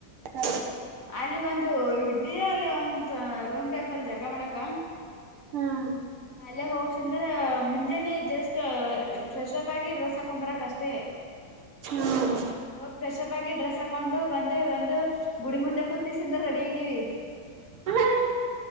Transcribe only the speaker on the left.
ಅಲ್ಲಿ ಒಂದು ಹಿಡ್ದಿದೆ ಅಲ್ಲಿ ಒಂದಸ ರೂಮ್ ಟೈಪ್ ಅಲ್ಲಿ ಜಕ ಮಾಡಕ.
ಅಲ್ಲೇ ಹೋಗ್ಸಂದ್ರ ಮುಂಜೆನೇ ಜಸ್ಟ್ ಫ್ರೆಶ್ ಅಪ್ ಆಗಿ ಡ್ರೆಸ್ ಹಾಕೊಂಡ್ ಬರಕ್ ಅಷ್ಟ್ ಟೇ
ಹೋಗಿ ಫ್ರೆಶ್ಅಪ್ ಆಗಿ ಡ್ರೆಸ್ ಹಾಕೊಂಡು ಬಂದೇ ಒಂದು ಗುಡಿ ಮುಂದೆ ಕುತಿಸಿಂದ ರೆಡಿ ಆಗಿವಿ.